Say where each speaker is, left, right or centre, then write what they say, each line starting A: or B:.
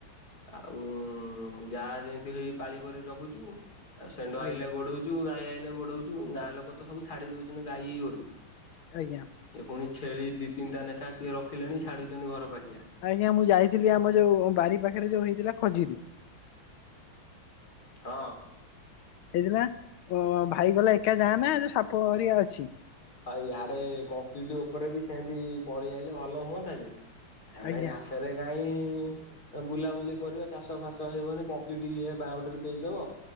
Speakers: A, on the left (about 50°); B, on the left (about 85°).
A: ଆଉ ଯାହା ଯେମତି ହେଇ ପାଳି କରି ଜଗୁଚୁ। ଆଉ ସେଣ୍ଢ
B: ଆଜ୍ଞା
A: ଆଇଲେ ଗୋଡୋଉଚୁ ଗାଈ ଆଇଲେ ଗୋଡୋଉଚୁ ଗାଁ ଲୋକ ତ ସବୁ ଛାଡି ଦୋଉଚନ୍ତି ଗାଈ ଗୋରୁ।
B: ଆଜ୍ଞା
A: ଏ ପୁଣି ଛେଳି ଦି ତିନିଟା ଲେଖା କିଏ ରଖିଲାଣି? ଛାଡୁଛନ୍ତି ଘର ପାଖିଆ।
B: ଆଜ୍ଞା ମୁଁ ଯାଇଥିଲି ଆମ ଯୋଉ ବାରି ପାଖରେ, ଯୋଉ ହେଇଥିଲା ଖଜୁରୀ।
A: ହଁ।
B: ହେଇଥିଲା ଭାଇ କହିଲା ଏକା ଯାଆନା, ଯୋଉ ସାପ ହେରିକା ଅଛି।
A: ଆଉ ଆଡେ କଂକ୍ରିଟ ଉପରେ ବି, ସେମିତି ପଳେଇ ଆଇଲେ ଭଲ ହୁଅନ୍ତା ଯେ। ଆଡେ
B: ଆଜ୍ଞା
A: ଘାସରେ କାଇଁ ବୁଲାବୁଲି କରିବ ଚାଷ ଫାସ ହେଇବନି କଂକ୍ରିଟ ଇଏ ବାଉଣ୍ଡ୍ରି ଦେଇଦବ।